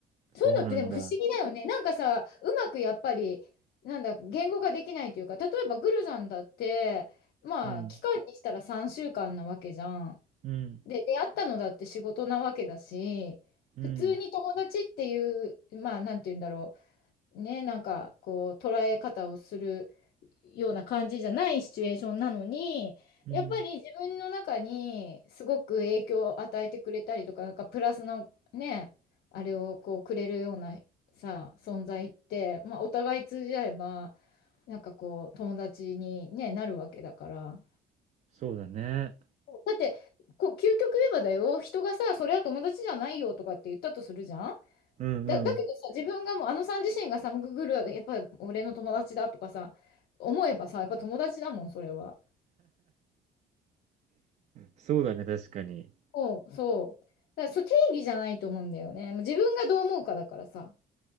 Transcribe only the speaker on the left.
そういうのってでも不思議だよね。なんかさ、うまくやっぱり、なんだ、言語化できないというか、例えばグルさんだって、まあ、
期間にしたら3週間なわけじゃん。
で、出会ったのだって仕事なわけだし、
普通に友達っていう、まあ、なんて言うんだろう。ね、なんかこう捉え方をするような感じじゃないシチュエーションなのに、
やっぱり自分の中にすごく影響を与えてくれたりとか、なんかプラスのね、あれをこうくれるようなさ、存在って、まあ、お互い通じ合えば、なんかこう友達に、ね、なるわけだから。
だってこう究極言えばだよ、人がさ、それは友達じゃないよとかって言ったとするじゃん。
だ、だけどさ、自分がもう、あのさん自身がさ、グーグル、やっぱり俺の友達だとかさ、思えばさ、やっぱ友達だもん、それは。
そう、そう。だから、そう、定義じゃないと思うんだよね。もう自分がどう思うかだからさ。